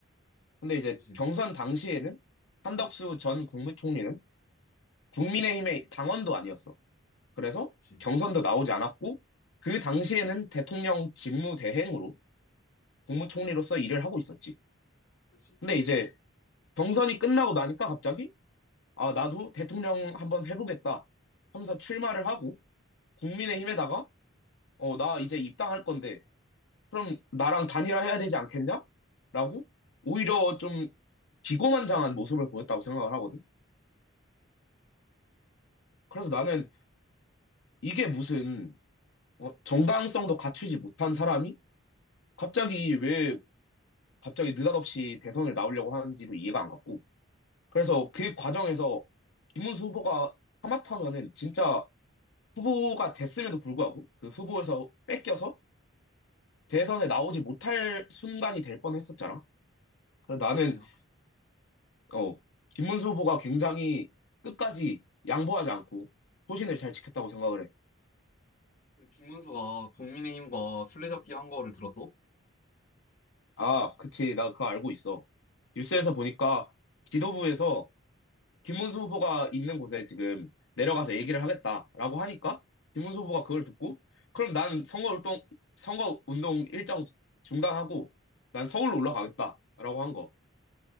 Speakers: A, on the left; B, on the left.
A: 근데 이제
B: 그치,
A: 경선 당시에는 한덕수 전 국무총리는 국민의힘의 당원도 아니었어. 그래서
B: 그치,
A: 경선도 나오지 않았고 그 당시에는 대통령 직무대행으로 국무총리로서 일을 하고 있었지.
B: 그치.
A: 근데 이제 경선이 끝나고 나니까 갑자기 아, 나도 대통령 한번 해보겠다 하면서 출마를 하고 국민의힘에다가 어, 나 이제 입당할 건데 그럼 나랑 단일화해야 되지 않겠냐? 라고 오히려 좀 기고만장한 모습을 보였다고 생각을 하거든. 그래서 나는 이게 무슨 어, 정당성도 갖추지 못한 사람이 갑자기 왜 갑자기 느닷없이 대선을 나오려고 하는지도 이해가 안 갔고. 그래서 그 과정에서 김문수 후보가 하마터면은 진짜 후보가 됐음에도 불구하고 그 후보에서 뺏겨서 대선에 나오지 못할 순간이 될 뻔했었잖아. 그래서 나는
B: 그치. 학-
A: 어, 김문수 후보가 굉장히 끝까지 양보하지 않고 소신을 잘 지켰다고 생각을 해.
B: 김문수가 국민의힘과 술래잡기 한 거를 들었어?
A: 아, 그치. 나 그거 알고 있어. 뉴스에서 보니까 지도부에서 김문수 후보가 있는 곳에 지금 내려가서 얘기를 하겠다라고 하니까 김문수 후보가 그걸 듣고 그럼 난 선거운동, 선거운동 일정 중단하고 난 서울로 올라가겠다라고 한 거.